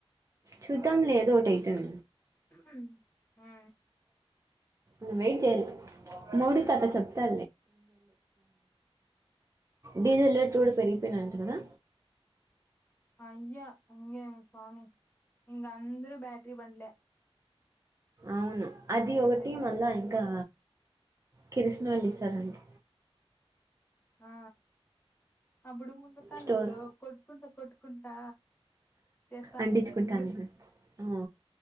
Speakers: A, on the right; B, on the left.
A: చూద్దాం లే ఏదోటైతాది
B: హుమ్మ్ ము
A: నువైమ్ చేయాద్ మోదీ తాత చెప్తూ డీజిల్ రేట్లు కూడా పెరిగి చెప్పనంట కదా
B: అయ్యా అంగ స్వామి ఇంగ అందరు బ్యాటరీ బండ్లే
A: అవును
B: ఇది
A: అది
B: చేసేది
A: ఒకటి మళ్ళా
B: నాకు తెలిసి
A: ఇంకా కిరసనాయిల్
B: ఆ
A: ఇస్తారంట
B: ఆ అప్పుడు ముందు కాలంలో
A: స్టోర్
B: కొట్టుకుంటా కొట్టుకుంటా చేస్తానిన్న
A: అంటించుకుంటాను
B: చూడు
A: ఆ